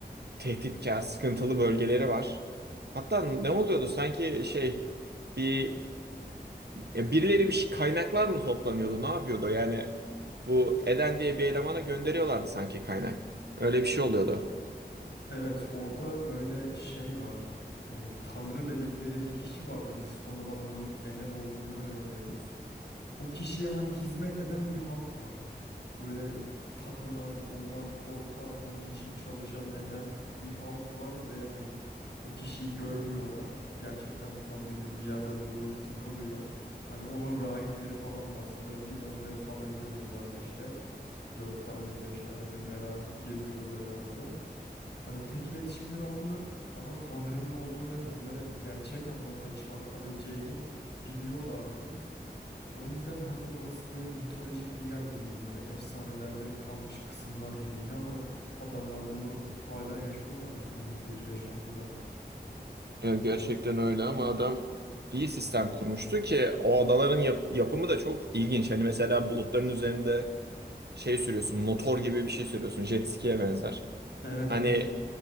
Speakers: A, on the right (about 70°); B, on the left (about 85°).
A: tehditkar, sıkıntılı bölgeleri var. Hatta ne oluyordu? Sanki şey bir ya birileri bir şey, kaynaklar mı toplanıyordu? Ne yapıyordu? Yani bu Eden diye bir elemana gönderiyorlardı sanki kaynak. Öyle bir şey oluyordu.
B: Evet orada böyle şey var. Ee, Tanrı dedikleri bir kişi vardı biz sonradan bunun Enel olduğunu öğreniyoruz. O kişiye hani hizmet eden bir halk var. Böyle tapınan, ondan korkan, onun için çalışan eden bir halk var ve hani o kişiyi görmüyorlar. Gerçekten tanrı gibi bir yerde durup takılıyor. Hani onun rahipleri falan var. Sanırım bir onları falan görüyorlardı işte. Dört tane mi beş tane mi ne rahip geziyordu böyle adada. Hani tek iletişimleri onlar ama Tanrı'nın olduğunu ve bunları gerçek anlamda çarpabileceğini biliyorlardı. O yüzden hani orası böyle mitolojik bir yer gibiydi böyle efsanelerde kalmış kısımlar gibiydi ama adamlar bunu hala yaşıyorlardı günümüzdeki yaşantıda.
A: Ya gerçekten öyle ama adam iyi sistem kurmuştu ki o adaların yap- yapımı da çok ilginç. Hani mesela bulutların üzerinde şey sürüyorsun, motor gibi bir şey sürüyorsun, jet ski'ye benzer.
B: Evet
A: Hani
B: evet.